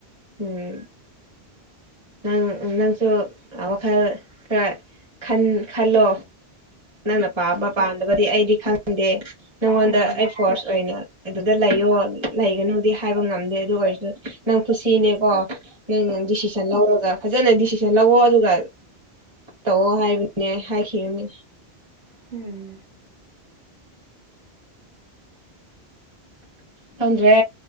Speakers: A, on the right; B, on the right.
A: ꯎꯝ ꯅꯪ ꯅꯪꯁꯨ ꯋꯥꯈꯜ ꯈꯔ ꯈꯜꯂꯣ ꯅꯪꯅ ꯄꯥꯝꯕ ꯄꯥꯝꯗꯕꯗꯤ ꯑꯩꯗꯤ ꯈꯪꯗꯦ ꯅꯪꯉꯣꯟꯗ
B: ꯎꯝ ꯎꯝ ꯎꯝ
A: ꯑꯩ ꯐꯣꯔꯁ ꯑꯣꯏꯅ ꯑꯗꯨꯗ ꯂꯩꯌꯣ ꯂꯩꯒꯅꯨꯗꯤ ꯍꯥꯏꯕ ꯉꯝꯗꯦ ꯑꯗꯨ ꯑꯣꯏꯔꯁꯨ ꯅꯪ ꯈꯨꯁꯤꯅꯦꯀꯣ ꯅꯪꯪ ꯗꯤꯁꯤꯖꯟ ꯂꯧꯔꯒ ꯐꯖꯅ ꯗꯤꯁꯤꯟ ꯦ ꯂꯧꯑꯣꯣ ꯑꯗꯨꯒ ꯇꯧꯑꯣ ꯍꯥꯏꯕꯅꯦ ꯍꯥꯏꯅꯦ
B: ꯎꯝ
A: ꯐꯪꯗ꯭ꯔꯦ